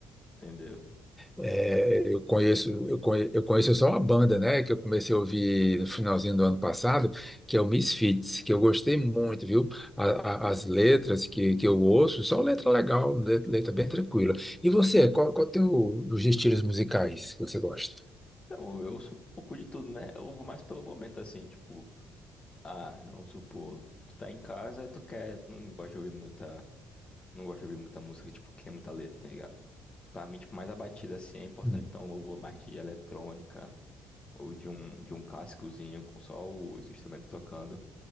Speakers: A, on the left (about 30°); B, in the centre.
A: entendeu?
B: É, eu conheço, eu conhe- eu conheço só uma banda, né, que eu comecei a ouvir no finalzinho do ano passado, que é o Misfits, que eu gostei muito, viu? A-
A: Foi.
B: a- as letras que, que eu ouço, só letra legal, le- letra, bem tranquila. E você, qual, qual teu, os estilos musicais que você gosta?
A: Então, eu sou um pouco de tudo, né? Eu vou mais pelo momento, assim, tipo, ah, vamos supor, tu tá em casa, tu quer, não gosta de ouvir muita, não gosta de ouvir muita música, tipo, que tem muita letra, tá ligado? Pra mim, tipo, mais a batida, assim, é importante.
B: Hum,
A: Então, eu vou mais de eletrônica, ou de um, de um cascozinho com só os instrumentos tocando.